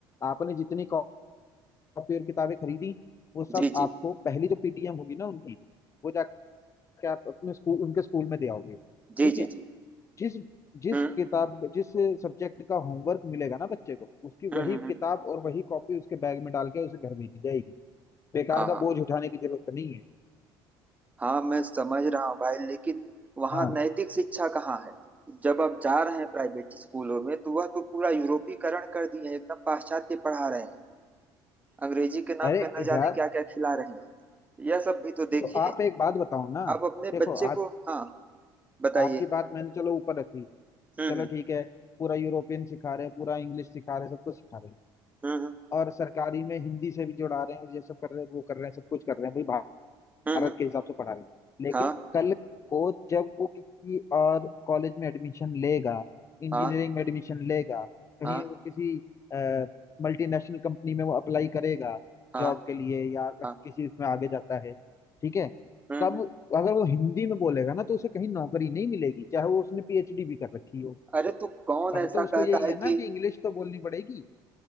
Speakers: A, on the left; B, on the right.
A: आपने जितनी कॉपी और किताबें खरीदी वो सब
B: जी
A: आपको
B: जी
A: पहली जो पीटीएम होगी ना उनकी वो जाके आप अपने स्कूल उनके स्कूल में दे आओगे
B: जी
A: ठीक
B: जी
A: है
B: जी
A: जिस जिस
B: हम्म
A: किताब जिस सब्जेक्ट का होमवर्क मिलेगा ना बच्चे को उसकी
B: हम्म
A: वही
B: हम्म हम्म,
A: किताब और वही कॉपी उसके बैग में डाल के उसे घर भेजी जाएगी बेकार
B: हाँ
A: का
B: हाँ
A: बोझ उठाने की जरूरत नहीं है
B: हाँ मैं समझ रहा हूँ भाई लेकिन वहाँ
A: हाँ
B: नैतिक शिक्षा कहाँ है जब आप जा रहे हैं प्राइवेट स्कूलों में तो वह तो पूरा यूरोपीकरण कर दिए हैं एकदम पाश्चात्य पढ़ा रहे हैं अंग्रेजी के नाम
A: अरे
B: पे न जाने
A: यार
B: क्या क्या खिला रहे हैं यह सब भी तो देखिए
A: तो आप एक बात बताओ ना
B: आप अपने
A: देखो
B: बच्चे
A: आप
B: को हाँ बताइए
A: आपकी बात मैंने चलो ऊपर रखी कि
B: हम्म
A: चलो
B: हम्म
A: ठीक है पूरा यूरोपियन सिखा रहे हैं पूरा इंग्लिश सिखा रहे हैं सब कुछ सिखा रहे हैं
B: हम्म
A: और सरकारी में हिंदी से भी जोड़ा रहे हैं और ये सब कर रहे हैं वो कर रहे हैं सब कुछ कर रहे हैं भाई
B: हम्म
A: भारत
B: हम्म,
A: के हिसाब से पढ़ा रहे हैं लेकिन
B: हाँ
A: कल को जब वो किसी और कॉलेज में एडमिशन लेगा इंजीनियरिंग
B: हाँ
A: में एडमिशन लेगा कहीं
B: हाँ
A: वो किसी मल्टीनेशनल कंपनी में वो अप्लाई करेगा
B: हाँ
A: जॉब के लिए या किसी
B: हाँ
A: इसमें आगे जाता है ठीक है
B: हम्म
A: तब
B: हम्म।
A: अगर वो हिंदी में बोलेगा ना तो उसे कहीं नौकरी नहीं मिलेगी चाहे वो उसने पीएचडी भी कर रखी हो
B: अरे तो कौन
A: तब
B: ऐसा
A: तो उसको
B: कहता
A: यही
B: है
A: है
B: कि
A: ना कि इंग्लिश तो बोलनी पड़ेगी